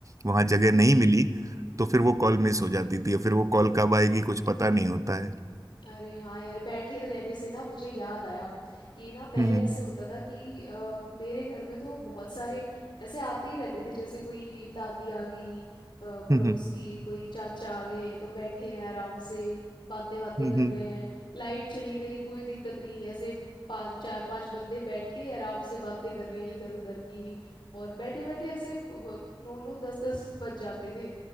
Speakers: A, on the right (about 40°); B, on the left (about 70°).
A: वहां जगह नहीं मिली तो फिर वो कॉल मिस हो जाती थी और फिर वो कॉल कब आएगी कुछ पता नहीं होता है
B: अरे हाँ यार बैठे रहने से ना मुझे याद आया कि ना पहले
A: हम्म हम्म,
B: ऐसे होता था कि अ, मेरे घर में तो बहुत सारे ऐसे आते ही रहते थे जैसे कोई दादी आ गई अ, पड़ोस
A: हम्म, हम्म।
B: की कोई चाचा आ गए तो बैठे हैं आराम से बातें बातें
A: हम्म,
B: कर रहे हैं लाइट चली गई कोई दिक्कत नहीं ऐसे पांच चार पांच बंदे बैठ के आराम से बातें कर रहे हैं इधर उधर की और बैठे बैठे ऐसे प- नौ नौ दस दस बज जाते थे